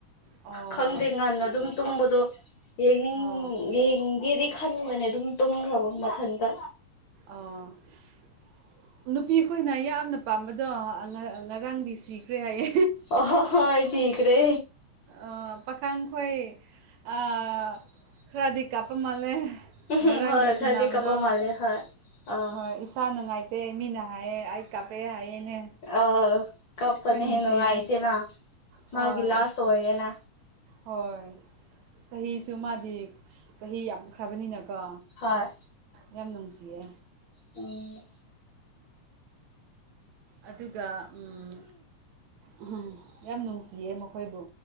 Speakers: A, on the right; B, on the left.
A: ꯑꯣ
B: ꯈꯪꯗꯦ ꯉꯟꯅ ꯑꯗꯨꯝ ꯇꯨꯝꯕꯗꯣ ꯌꯦꯅꯤꯡ
A: ꯑꯣ
B: ꯌꯦꯡꯒꯦꯗꯤ ꯈꯟ ꯈꯟꯕꯅꯦ ꯑꯗꯨꯝ ꯇꯨꯝꯈ꯭ꯔꯕ ꯃꯊꯟꯇ
A: ꯑꯩ ꯅꯨꯄꯤ ꯑꯩꯈꯣꯏꯅ ꯌꯥꯝꯅ ꯄꯥꯝꯕꯗꯣ ꯉꯔꯥꯡꯗꯤ ꯁꯤꯈ꯭ꯔꯦ ꯍꯥꯏꯌꯦ
B: ꯑꯣ ꯍꯣ ꯍꯣ ꯊꯤꯀꯔꯦ
A: ꯑ ꯄꯥꯈꯥꯡꯈꯣꯏ ꯑꯍ ꯈꯔꯗꯤ ꯀꯥꯞꯄ ꯃꯥꯜꯂꯦ
B: ꯎꯝ
A: ꯉꯔꯥꯡꯒꯤ
B: ꯍꯣꯏ
A: ꯁꯥꯟꯅꯕꯗꯣ
B: ꯈꯔꯗꯤ ꯀꯞꯄ ꯃꯥꯜꯂꯦ ꯍꯣꯏ ꯑꯥ
A: ꯍꯣꯏ ꯏꯁꯥ ꯅꯨꯡꯉꯥꯏꯇꯦ ꯃꯤꯅ ꯍꯥꯏꯌꯦ ꯑꯩ ꯀꯥꯞꯄꯦ ꯍꯥꯏꯌꯦꯅꯦ
B: ꯑ ꯀꯄꯅꯤ
A: ꯌꯥꯝ ꯅꯨꯡꯁꯤꯌꯦ
B: ꯍꯦꯟꯅ ꯅꯨꯡꯉꯥꯏꯇꯦꯅ ꯃꯥꯒꯤ
A: ꯍꯣꯏ
B: ꯂꯥꯁ ꯑꯣꯌꯦꯅ
A: ꯍꯣꯏ ꯆꯍꯤꯁꯨ ꯃꯥꯗꯤ ꯆꯍꯤ ꯌꯥꯝꯈ꯭ꯔꯕꯅꯤꯅꯀꯣ
B: ꯍꯣꯏ
A: ꯌꯥꯝ ꯅꯨꯡꯁꯤꯌꯦ
B: ꯎꯝ
A: ꯑꯗꯨꯒ ꯑꯝ ꯑꯍꯝ ꯌꯥꯝ ꯅꯨꯡꯁꯤꯌꯦ ꯃꯈꯣꯏꯕꯨ